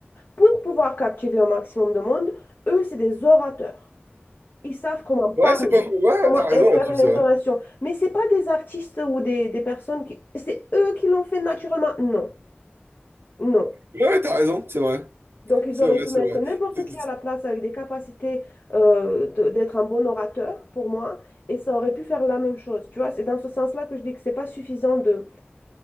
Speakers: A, on the left; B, on the right.
A: pour pouvoir captiver un maximum de monde. Eux, c'est des orateurs. Ils savent comment parler,
B: Ouais, c'est pas faux. Ouais, ouais,
A: comment
B: t'as raison
A: faire
B: là-dessus,
A: une
B: c'est
A: intonation.
B: vrai.
A: Mais c'est pas des artistes ou des, des personnes qui... C'est eux qui l'ont fait naturellement. Non, non.
B: Ouais, ouais, t'as raison, c'est vrai.
A: Donc, ils
B: C'est
A: auraient
B: vrai,
A: pu
B: c'est
A: mettre
B: vrai.
A: n'importe
B: C'est-
A: qui
B: c'est-
A: à la place avec des capacités euh, de- d'être un bon orateur, pour moi, et ça aurait pu faire la même chose. Tu vois, c'est dans ce sens-là que je dis que c'est pas suffisant de